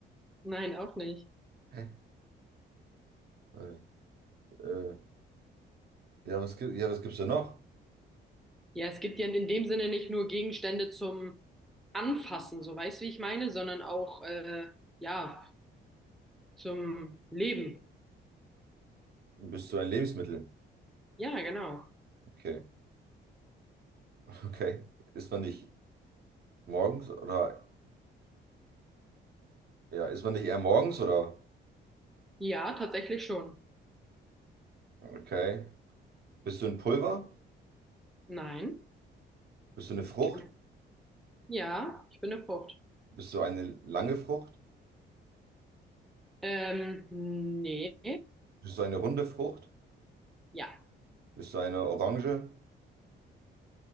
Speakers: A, in the centre; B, on the right.
A: Nein, auch nicht.
B: Hä? Warte, Äh, ja, was gibt, ja, was gibt's da noch?
A: Ja, es gibt ja in dem Sinne nicht nur Gegenstände zum Anfassen, so weißt du, wie ich meine, sondern auch äh, ja zum Leben.
B: Bist du ein Lebensmittel?
A: Ja, genau.
B: Okay, <laughs> okay. Isst man nicht morgens oder, ja, isst man nicht eher morgens oder?
A: Ja, tatsächlich schon.
B: Okay. Bist du ein Pulver?
A: Nein.
B: Bist du eine Frucht?
A: Kein- Ja, ich bin eine Frucht.
B: Bist du eine lange Frucht?
A: Ähm, nee.
B: Bist du eine runde Frucht?
A: Ja.
B: Bist du eine Orange?